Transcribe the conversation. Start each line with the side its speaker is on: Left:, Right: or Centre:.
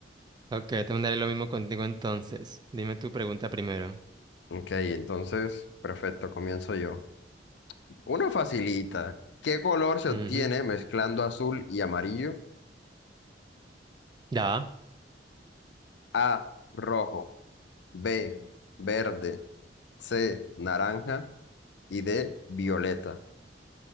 Right: ok. Te mandaré lo mismo contigo entonces. Dime tu pregunta primero.
Left: Ok, entonces, perfecto, comienzo yo. Uno facilita. ¿Qué color se
Right: Ujú,
Left: obtiene mezclando azul y amarillo?
Right: Ya.
Left: A, rojo, B, verde, C, naranja y D, violeta.